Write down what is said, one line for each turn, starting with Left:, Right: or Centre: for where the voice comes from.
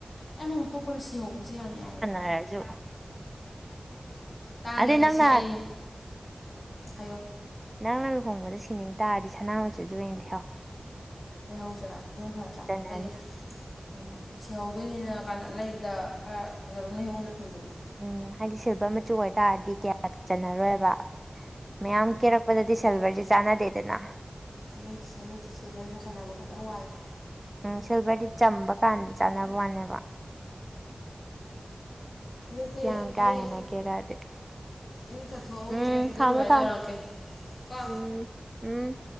Left: ꯑꯩ ꯑꯃꯃꯝ ꯊꯣꯛꯄꯗ ꯁꯤꯍꯧꯕꯁꯦ ꯌꯥꯝ ꯌꯥꯏꯑꯥꯕ
Right: ꯍꯥꯏꯔꯖꯨ
Left: ꯇꯥꯡꯉꯦꯗ
Right: ꯑꯗꯩ ꯅꯪ
Left: ꯁꯤ
Right: ꯅꯍꯥꯟ
Left: ꯑꯩ ꯍꯥꯏꯌꯣ
Right: ꯅꯪꯅ ꯂꯨꯍꯣꯡꯕꯗ ꯁꯤꯅꯤꯡ ꯇꯥꯔꯗꯤ ꯁꯅꯥꯃꯆꯨꯖꯦ ꯑꯣꯏꯅ ꯂꯩꯍꯧ
Left: ꯂꯩꯍꯧꯖꯤꯔꯥ ꯑꯗꯨꯅ ꯐꯗ꯭ꯔꯥ
Right: ꯆꯟꯅꯅꯤ
Left: ꯍꯥꯏꯗꯤ ꯑꯣ ꯁꯤꯍꯧꯗꯣꯏꯅꯤꯅ ꯀꯥꯟꯗ ꯂꯩꯕꯗ ꯈꯔ ꯐꯖꯕ ꯑꯃ ꯂꯩꯍꯧꯕꯅ ꯐꯩꯗꯅ
Right: ꯎꯝ ꯍꯥꯏꯗꯤ ꯁꯤꯜꯚꯔ ꯃꯆꯨ ꯑꯣꯏꯇꯥꯔꯗꯤ ꯀꯌꯥ ꯆꯟꯅꯔꯣꯏꯕ ꯃꯌꯥꯝ ꯀꯦꯔꯛ ꯃꯠꯗꯗꯤ ꯁꯤꯜꯚꯔꯁꯦ ꯆꯥꯟꯅꯗꯦꯗꯅ
Left: ꯆꯥꯟꯅꯗꯦ ꯆꯥꯟꯅꯗꯦ ꯁꯤꯜꯚꯔ ꯁꯥꯖꯟꯅꯕ ꯈꯤꯇꯪ ꯋꯥꯠꯂꯦ
Right: ꯎꯝ ꯁꯤꯜꯚꯔꯗꯤ ꯆꯝꯕ ꯀꯥꯟꯗ ꯆꯥꯟꯅꯕꯩ ꯋꯥꯅꯦꯕ
Left: ꯎꯝ ꯑꯗꯨꯗꯤ
Right: ꯌꯥꯝ ꯀꯥ
Left: ꯑꯩ
Right: ꯍꯦꯟꯅ ꯀꯦꯔꯛꯑꯗꯤ
Left: ꯏꯔꯨꯖꯊꯣꯛꯍꯧꯈꯤꯒꯦ
Right: ꯎꯝ
Left: ꯑꯗꯨ
Right: ꯊꯝꯃꯣ
Left: ꯂꯣꯏꯔꯒ
Right: ꯊꯝꯃꯣ
Left: ꯇꯧꯔꯛꯀꯦ ꯀꯣ
Right: ꯎꯝ ꯎꯝ